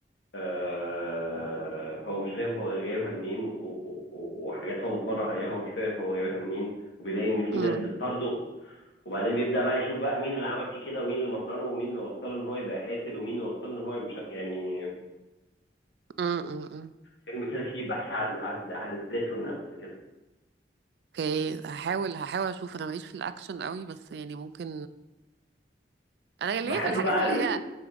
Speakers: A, on the left; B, on the right.
A: آه، هو مش فاهم هو جايبها منين و- و- و- وحاجات هو متمرن عليها هو مش فاهم هو جايبها منين وبيلاقي ان في
B: امم
A: ناس بتطارده وبعدين بيبدأ بقى يشوف بقى مين اللي عمل فيه كده ومين اللي مرنه ومين اللي وصله ان هو يبقى قاتل ومين اللي وصله ان هو مش يعني
B: امم
A: فيلم كده فيه بحث عن عن عن الذات والنفس كده
B: اوكي هحاول هحاول اشوف انا ماليش في الاكشن قوي بس يعني ممكن انا ليا
A: وبحب
B: في الحاجات
A: بقى
B: اللي
A: ال-
B: هي